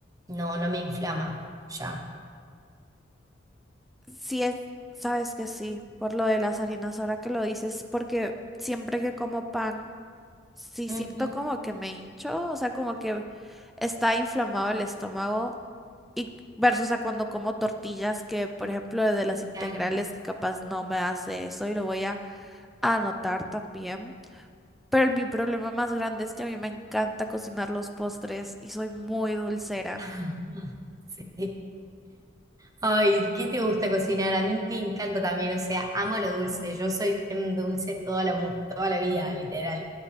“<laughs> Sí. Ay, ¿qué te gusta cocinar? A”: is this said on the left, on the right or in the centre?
Right